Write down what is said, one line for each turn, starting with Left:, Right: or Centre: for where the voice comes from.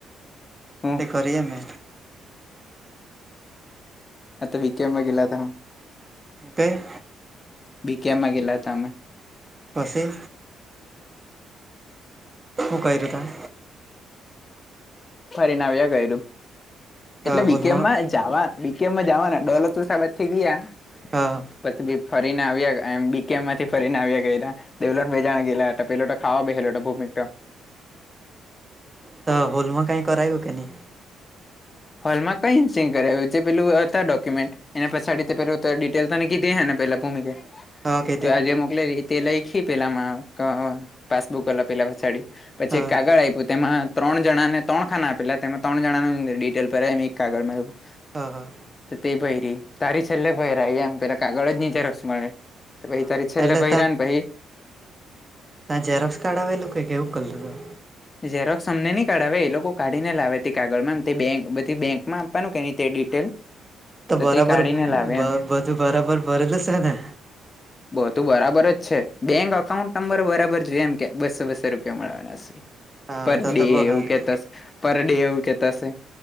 Left: હમ્મ.
Right: કરી અમે
Left: આ તો વિકેમાં ગયેલા તા.
Right: હું કેય?
Left: બીકેમ માં ગયેલા હતા અમે.
Right: પસી? હું કયરું તા?
Left: ફરીને આવ્યા કયરું.
Right: તા તો
Left: એટલે બીકે
Right: હોલમાં
Left: માંજ જાવા વીકેમાં જાવાના ડોલુંતુ સાહેબ થી ગયા
Right: હા.
Left: પછી બી ફરીને આવ્યા એમ બીકે માંથી ફરીને આવ્યા કયરા. દવલન બે જણા ગયેલા હતાં, પેલો તો ખાવા બહેલો હતો ભૌમિક તો.
Right: તો હોલમાં કાંઈ કરાવ્યું કે નહીં?
Left: હોલમાં કંઈ નસી કરાવ્યું, જે પેલું હતા ડોક્યુમેન્ટ એના પછાડી તે પેલું ત ડિટેલ તને કીધી હેને પેલા ભૌમિકએ
Right: હા કીધી
Left: તો એ આજે મોકલેલી, તે લઈખી પેલામાં ક પાસબુક વાલા પેલા પછાડી. પછી
Right: હા
Left: એક કાગળ આયપું, તેમાં ત્રણ જણાને ત્રણ ખાના આપેલા તેમાં ત્રણ જણાને ડિટ ટેલ ભરાઈમ એક કાગળમાં એ લોકો.
Right: હા, હા.
Left: તો તે ભયરી તારી છેલ્લે ભૈરા એમ, પેલા કાગળ જ નીચ રક્ષ મળે. તો પહી
Right: હા
Left: તારી છેલ્લે
Right: એટલે
Left: ભઈરા હન પહી
Right: ત જેરોક્સ કાર્ડ આવેલું કે કેવું કલું હતું.
Left: ઝેરોક્સ અમને નહી કાઢાવે એ લોકો કાઢીને લાવે ત કાગળમાં તે બેક બધી બેંકમાં આપવાનું કેની તે ડિટેલ.
Right: તો બરાબર
Left: તે કાઢીને લાવે
Right: બ
Left: એમ
Right: બધું બરાબર ભરેલું છે ને?
Left: બહ ઘુ બરાબર જ છે બેંક અકાઉન્ટ નંબર બરાબર જુવે એમ કે બસ્સો બસો રૂપિયા મળવાના. <unintelligible>
Right: હા
Left: પર
Right: તો
Left: ડે
Right: તો બહુ
Left: એવું
Right: હારું
Left: કેતાસ, પર ડે એવું કેતા શે.